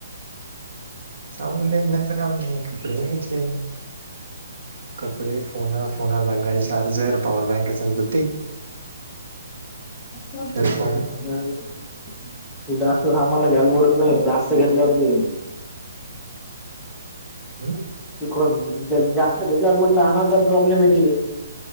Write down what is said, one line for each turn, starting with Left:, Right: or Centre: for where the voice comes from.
Right: सामनण्याचं काम नाही कपडे नाहीयचे. कपडे फोन फोना लागाल चार्जर, पॉवर बँक असत ते.
Centre: हो
Right: हेडफोन
Centre: तू जास्त सामान घ्यायला परत नाही जास्त घेतल्यावरी
Right: हम
Centre: चिकून जास्त घेतल्यावर म्हट लहनाचा प्रॉब्लेम येतील.